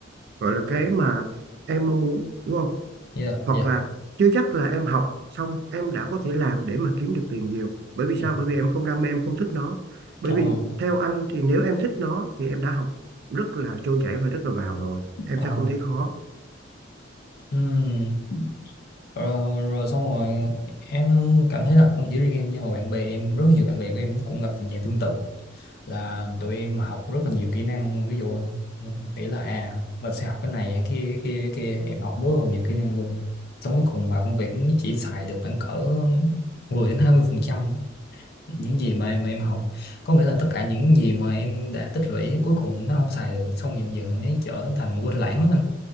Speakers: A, on the right; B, on the left.
A: gọi là cái mà em mong muốn đúng không
B: dạ
A: hoặc
B: dạ
A: là chưa chắc là em học xong em đã có thể làm để mà kiếm được tiền nhiều bởi vì
B: dạ
A: sao bởi vì em không đam mê em không thích nó bởi
B: ờ
A: vì theo anh thì nếu em thích nó thì em đã học rất là trôi chảy và rất là vào rồi em
B: ờ
A: sẽ không thấy khó
B: ừm. rồi, rồi xong rồi em cảm thấy là không chỉ riêng em nhưng mà bạn bè em rất nhiều bạn bè của em cũng gặp tình trạng tương tự là tụi em học rất là nhiều kỹ năng ví dụ tỷ là à mình sẽ học cái này cái kia cái kia cái kia em học rất là nhiều kỹ năng luôn xong cuối cùng vào công việc cũng chỉ xài được khoảng cỡ 10 đến 20 phần trăm những gì mà em mà em học có nghĩa là tất cả những gì mà em đã tích lũy cuối cùng nó không xài được xong dần dần ấy trở thành quên lãng á